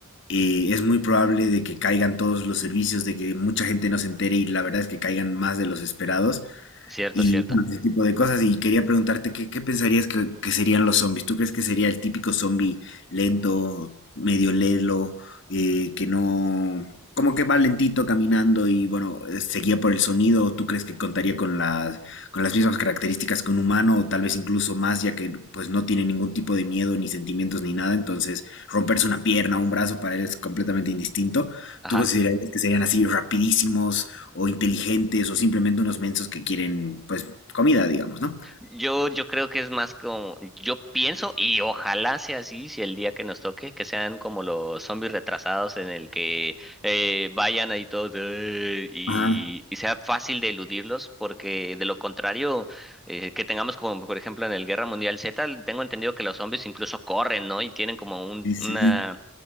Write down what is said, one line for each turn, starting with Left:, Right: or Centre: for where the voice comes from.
Left: eh, es muy probable de que caigan todos los servicios, de que mucha gente no se entere y la verdad es que caigan más de los esperados
Centre: Cierto,
Left: y
Centre: cierto.
Left: bueno, ese tipo de cosas. Y quería preguntarte, ¿qué, qué pensarías que, que serían los zombies? ¿Tú crees que sería el típico zombie lento, medio lelo, eh, que no, como que va lentito caminando y bueno, eh, seguía por el sonido? ¿O tú crees que contaría con las, con las mismas características que un humano o tal vez incluso más, ya que pues no tiene ningún tipo de miedo ni sentimientos ni nada? Entonces, romperse una pierna o un brazo para él es completamente indistinto.
Centre: Ajá.
Left: ¿Tú considerarías que serían así rapidísimos, o inteligentes o simplemente unos mensos que quieren, pues, comida, digamos, ¿no?
Centre: Yo, yo creo que es más como, yo pienso y ojalá sea así, si el día que nos toque, que sean como los zombies retrasados en el que eh, vayan ahí todos "Eh", y,
Left: Ah,
Centre: y sea fácil de eludirlos, porque de lo contrario, eh, que tengamos como por ejemplo en el Guerra Mundial Z, tengo entendido que los zombies incluso corren, ¿no? Y tienen como un,
Left: sí, sí.
Centre: una...